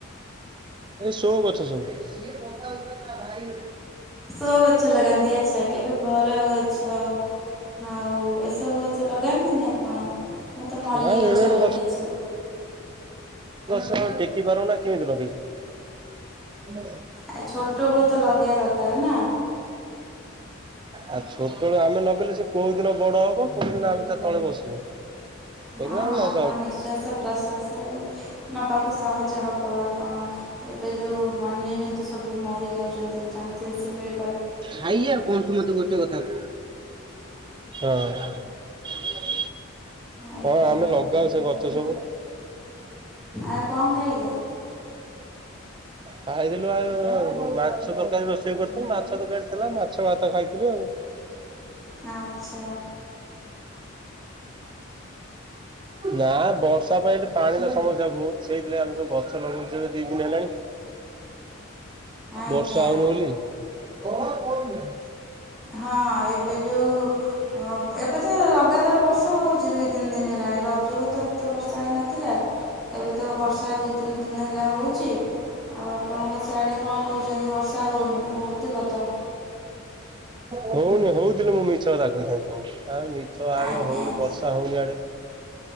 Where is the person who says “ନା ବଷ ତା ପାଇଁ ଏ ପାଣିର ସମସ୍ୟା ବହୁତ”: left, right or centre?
Right